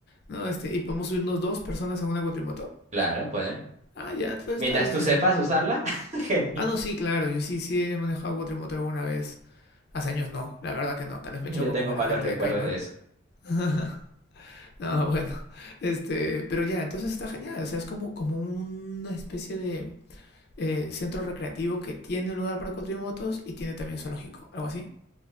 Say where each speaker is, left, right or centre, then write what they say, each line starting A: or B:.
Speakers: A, on the left; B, on the right.
A: no, este, y podemos subirnos dos personas en una cuatrimoto.
B: Claro, pueden.
A: Ah, ya, todo está
B: Mientras
A: bien.
B: tú sepas usarla, <laughs> genial.
A: Ah, no, sí, claro, yo sí, sí he manejado cuatrimoto alguna vez. Hace años no, la verdad que no, tal vez
B: Yo
A: me choco
B: tengo
A: como
B: malos
A: la gente
B: recuerdos
A: de Caima.
B: de eso.
A: <laughs> no, bueno, este, pero ya, entonces está genial, o sea, es como, como una especie de eh, centro recreativo que tiene un lugar para cuatrimotos y tiene también zoológico, algo así.